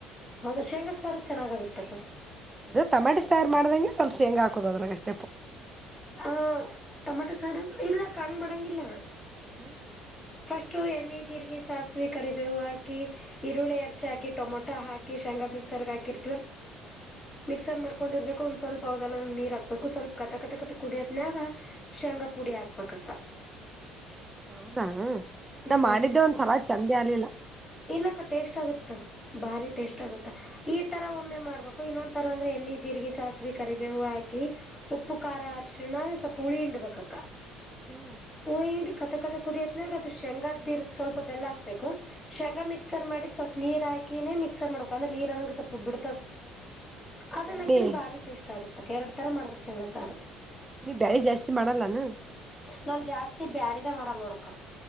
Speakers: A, on the left; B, on the right.
A: ಹೌದಾ ಶೇಂಗಾ ಸಾರು ಚೆನ್ನಾಗಾಗತ್ತಕ್ಕ
B: ಅದ ತಮಾಟಿ ಸಯಾರು ಮಾಡ್ದಂಗೆ ಸ್ವಲ್ಪ ಹೆಂಗ್ ಹಾಕುದು ಅದ್ರಾಗಷ್ಟ
A: ಹಾ ಟೊಮಟೊ ಸಾರ ಇಲ್ಲ ಕಣ ಮಡಂಗಿಲ್ಲ
B: ಹ್ಮ
A: ಫಸ್ಟ್ ಎಣ್ಣೆ ಜೀರಿಗೆ ಸಾಸಿವ ಕರಿಬೇವು ಹಾಕಿ ಈರುಳ್ಳಿ ಎರ್ಚ್ ಹಾಕಿ ಟೊಮೊಟೊ ಹಾಕಿ ಮಿರ್ ಹಕಿರ್ ಮಿಕ್ಸರ್ ಮಾಡ್ೊಂಡರ್ ಸ್ವಲ್ಪ ಅವದೆಲ್ಲಂಗ ನೀರ್ ಹಾಕ್ಬೇಕು ಸ್ವಲ್ಪ ಕತಕತಕತ ಕುದಿಯದನಾಗ ಶೇಂಗಾ ಪುಡಿ ಹಾಕ್ಬೇಕಕ್ಕ <unintelligible>
B: ಹೌದಾ
A: ಹ್ಮ್
B: ನಾ್ ಮಾಡಿದ್ದೆ ಒಂದ್ಸಲ ಚೆಂದ ಆಗ್ಲಿಲ್ಲ
A: ಇಲ್ಲಕ್ಕ ಟೇಸ್ಟ್ ಆಗುತ್ತ ಭಾರಿ ಟೇಸ್ಟ್ ಆಗುತ್ತಾ ಈ ತರ ಒಮ್ಮೆ ಮಾಡ್ಬೇಕು ಇನ್ನೊ್ ತರ ಅಂದ್ರೆ ಏ ಣ್ಣ ಜೀರಿಗೆ ಸಾಸಿವ ಕರಿಬೇವು ಹಾಕಿ ಉಪ್ಪು ಖಾರ ಅರರ್ಶಣ ಸ್ವಲ್ಪ ಹುಳಿ ಹಂಡ್ಬಬೇಕಕ್ಕ
B: ಹ್ಮ್
A: ಹಂಡಿ ಕತಕತ ಕುದಿಯತ್ನಾಗ ಅದು ಶೇಂಗಾದ್ದಿ ಇರದ ಸ್ವಲ್ಪ ಬೆಲ್ಲ ಹಾಕ್ಬೇಕು ಶೇಂಗ ಮಕ್ಸರ್ ಮಾಡಿ ಸ್ವಲ್ಪ ನೀ ಹಾಕಿನೇ ಮಿಕ್ಸರ್ ಮಾಡಬೇಕ ಅಂದ್ರೆ ನೀರ್ ಅನಂಗೆ ಸ್ವಲ್ಪ ಅದನ್ನ
B: ಎಣ್ಣೆ
A: ಹಾಕಿದ್ರೆ ಬಾರಿ ಟೇಸ್ಟ್ ಆಗುತ್ತ ಕೆ ಎರಡ್ ತರ ಮಾಡ್ಬೋದು ಶೇಂಗಸಾರು
B: ನೀ ಬೇರೆ ಜಾಸ್ತಿ ಮಾಡಲ್ಲಾನ
A: ನಾ ಜಾಸ್ತಿ ಬ್ಯಾಡಿಗೆ ಮಾಡಲ್ಲ ನೋಡಕ